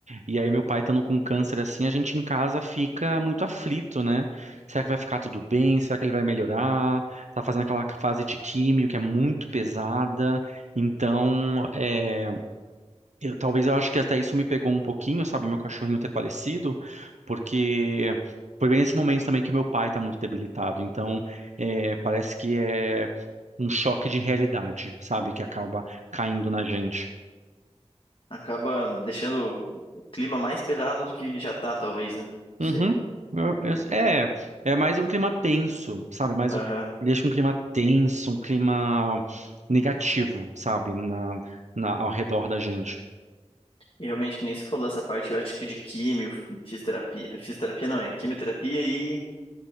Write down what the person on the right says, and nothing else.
E aí, meu pai estando com câncer assim, a gente em casa fica muito aflito, né? Será que vai ficar tudo bem? Será que ele vai melhorar? Tá fazendo aquela fase de químio que é muito pesada. Então, é, eu- talvez eu acho que até isso me pegou um pouquinho, sabe? Meu cachorrinho ter falecido, porque. Foi bem nesse momento também que meu pai tá muito debilitado. Então, é, parece que é um choque de realidade, sabe? Que acaba caindo na gente.
Uhum.
Eu- eu-
É, é mais um clima tenso, sabe? Mais
um- deixa um clima tenso, um clima negativo, sabe? Na, na, ao redor da gente.